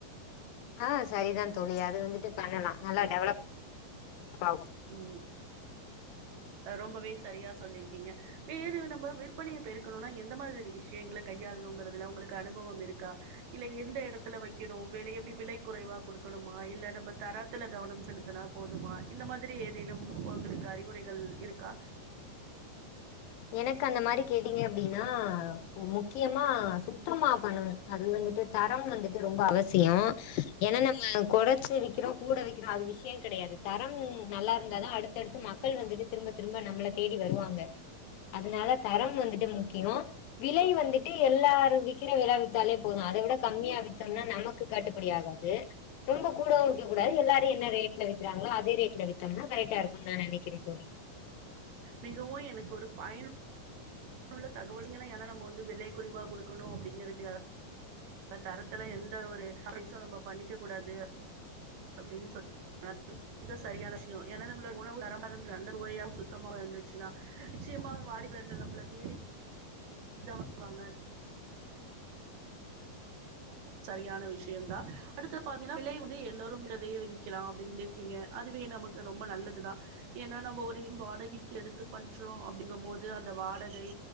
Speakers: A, on the left; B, on the right.
A: அ சரிதான் தோழி அது வந்துட்டு பண்ணலா நல்லா டெவலப் ஆகு
B: உம் ரொம்பவே சரியா சொல்லீருக்கீங்க வேறு நம்ப விற்பனைய பெருக்கணுனா எந்த மாதிரி விஷயங்கள கையாளணுங்கறதுல உங்களுக்கு அனுபவம் இருக்கா இல்ல எந்த எடத்துல வைக்கணு வெல எப்டி விலை குறைவா குடுக்கணுமா இல்ல நம்ம தரத்துல கவனம் செலுத்துனா போதுமா இந்த மாதிரி ஏதேனும் ஒங்களுக்கு அறிவுரைகள் இருக்கா
A: எனக்கு அந்த மாரி கேட்டீங்க அப்டின்னா முக்கியமா சுத்தமா பண்ணுவே அது வந்துட்டு தரம் வந்துட்டு ரொம்ப அவசியோ ஏன்னா நம்ம கொறச்சு விக்கிறோ கூட வைக்கிறோ அது விஷ்யோ கெடையாது தரம் நல்லா இருந்தாதா அடுத்தடுத்து மக்கள் வந்துட்டு திரும்ப திரும்ப நம்மள தேடி வருவாங்க அதனால தரம் வந்துட்டு முக்கியோ விலை வந்துட்டு எல்லாரு விக்கிற வில வித்தாலே போது அத விட கம்மியா வித்தம்னா நமக்கு கட்டுப்படி ஆகாது ரொம்ப கூடவு விக்க கூடாது எல்லாரு என்ன ரேட்ல விக்கிறாங்ளோ அதே ரேட்ல வித்தம்னா கரெக்டா இருக்குன் நா நெனைக்கிற தோழி
B: மிகவு எனக்கு ஒரு பயனு னுள்ள தகவல் <unintelligible> ஏன்னா நம்ம வந்து விலை குறைவா குடுக்கணு அப்டிங்கறதுக்கா க தரத்துல எந்த ஒரு கமிட்ஸு நம்ப பண்ணிக்க கூடாது அப்டின் சொல் <unintelligible> சரியான விஷ்யோ ஏன்னா நம்மளோ உணவு தரமா இருந்து நல்ல சுவையாவும் சுத்தமாவும் இருந்துச்சின்னா நிச்சயமா வாடிக்கையாளர் நம்மளை தேடி டவக் வாங்க சரியான விஷ்யுன்தா அடுத்து பாத்தீனா பிலை வந்து எல்லோரும் கதையை விளிக்கலாம் அப்டின் லிர்க்கீங்க அதுவே நமக்கு ரொம்ப நல்லது தா ஏன்னா நம்ப் ஒரேம் வாடகைக்கி எடுத்து பண்றோ அப்டிங்கும்போது அந்த வாடகை